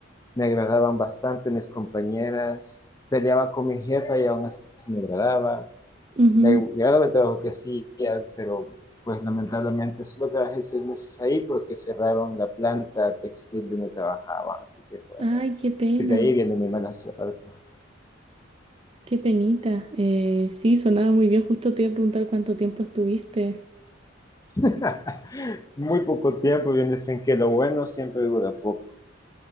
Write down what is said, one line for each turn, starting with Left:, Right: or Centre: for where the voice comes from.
Left: Me agradaban bastante mis compañeras. Peleaba con mi jefa y aún así me agradaba
Right: Ujú.
Left: Me agradaba el trabajo que hacía, pero pues lamentablemente solo trabajé seis meses ahí porque cerraron la planta textil donde trabajaba, así que pues
Right: Ay, qué pena,
Left: de ahí viene mi mala suerte.
Right: qué penita. Eh, sí, sonaba muy bien. Justo te iba a preguntar cuánto tiempo estuviste.
Left: <laughs> Muy poco tiempo, bien dicen que lo bueno siempre dura poco.